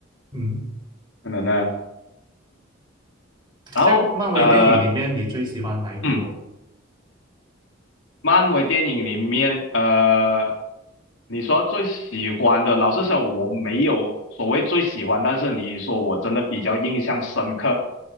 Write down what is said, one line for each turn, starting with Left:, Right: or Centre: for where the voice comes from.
Right: 嗯，
Left: 可能呢。
Right: 像漫威电影里面，
Left: 然后呃，
Right: 你最喜欢哪一部哦
Left: 嗯，漫威电影里面，呃，你说最喜欢的，老实说，我没有所谓最喜欢，但是你说我真的比较印象深刻，